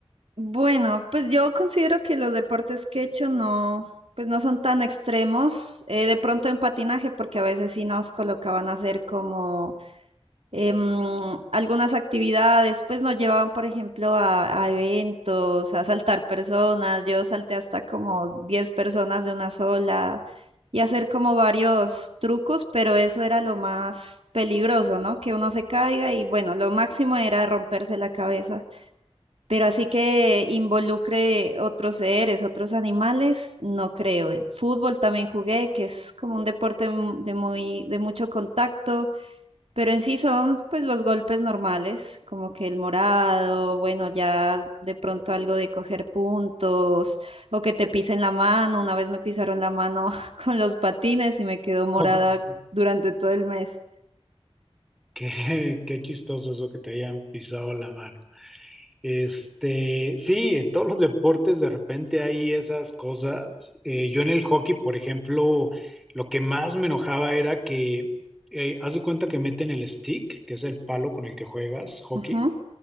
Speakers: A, on the right (about 70°); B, in the centre.
A: Bueno, pues yo considero que los deportes que he hecho no, pues no son tan extremos. eh, de pronto en patinaje, porque a veces sí nos colocaban a hacer como em, algunas actividades, pues nos llevaban, por ejemplo, a, a eventos, a saltar personas. Yo salté hasta como 10 personas de una sola y hacer como varios trucos, pero eso era lo más peligroso, ¿no? Que uno se caiga y bueno, lo máximo era romperse la cabeza. Pero así que involucre otros seres, otros animales, no creo. Fútbol también jugué, que es como un deporte mu- de muy, de mucho contacto, pero en sí son pues los golpes normales, como que el morado, bueno, ya de pronto algo de coger puntos o que te pisen la mano. Una vez me pisaron la mano <laughs> con los patines y me quedó morada
B: Oh, <laughs>
A: durante todo el mes.
B: Qué, qué chistoso eso que te hayan pisado la mano. Este, sí, en todos los deportes de repente hay esas cosas. Eh, yo en el hockey, por ejemplo, lo que más me enojaba era que, eh, haz de cuenta que meten el stick, que es el palo con el que juegas hockey,
A: Ujú.